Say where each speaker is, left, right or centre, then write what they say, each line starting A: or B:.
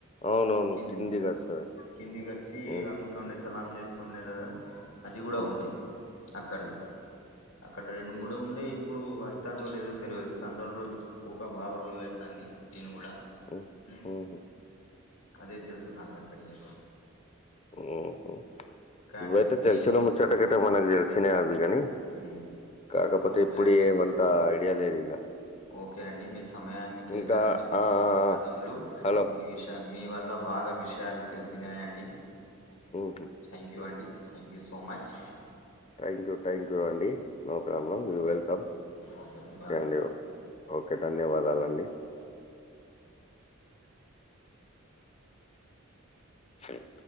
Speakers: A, on the left; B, on the left.
A: అవునవును.
B: కిందికి
A: కిందికస్తది.
B: ఉమ్ కిందికి
A: హ్మ్.
B: ఆ తుండే సలాం చేస్తూ ఉండే కదా అది కూడా
A: హ్మ్.
B: ఉండే అక్కడది అక్కడ రెండు మూడు ఉండే ఇప్పుడు అవుతుందో లేదో తెలియది సందల రోజు పోక బాగా రోజులైతంది నేను కూడా
A: ఓ
B: ఉమ్
A: ఓహో
B: అదే తెలుసు నాకుక్కడియితే
A: ఉహ ఇవైయితే
B: అండి మీ
A: తెలిసిన ముచ్చోటకటే మనకు తెలిసినాయే అవి కాని
B: ఉమ్
A: కాకపోతే
B: ఓకే
A: ఇప్పుడు
B: అండి
A: ఏమంతా ఐడియా లేదు ఇక
B: ఓకే అండి మీ సమయాన్ని కేటాయించిన
A: ఇంకా ఆ
B: ధన్యవాదములు
A: ఆ, హలో
B: మీ విష మీ వల్ల బాగా విషయాలు తెలిసిన్నాయి అండి
A: ఆఓహ
B: థాంక్యూ అండి thank you so much
A: thank you thank you అండి no problem you welcome
B: okay ధన్యవాదము
A: అండి ఓకే ఓకే ధన్యవాదాలండి స